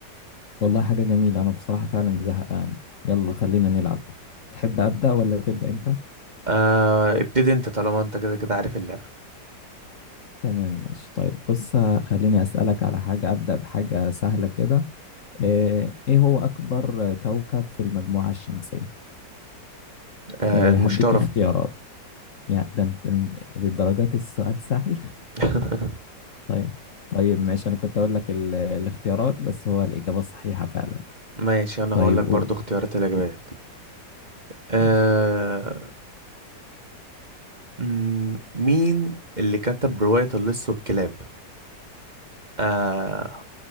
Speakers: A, on the left; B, on the right.
A: والله حاجة جميلة أنا بصراحة فعلا زهقان يلا خلينا نلعب تحب أبدأ ولا تبدأ أنت؟
B: آه ابتدي انت طالما انت كده كده عارف اللعبة
A: تمام ماشي طيب بص خليني أسألك على حاجة أبدأ بحاجة سهلة كده إيه إيه هو أكبر كوكب في المجموعة الشمسية؟
B: آه
A: إيه
B: المشترى
A: هديك اختيارات يعني ده أنت للدرجات السؤال سهل
B: <laughs>
A: <laughs> طيب طيب ماشي أنا كنت أقول لك ال- الاختيارات بس هو الإجابة صحيحة فعلا
B: ماشي انا
A: طيب
B: هقول لك
A: قول
B: برضو اختيارات الاجابات آه،
A: ماشي
B: مم، مين اللي كتب رواية اللص والكلاب؟ آه،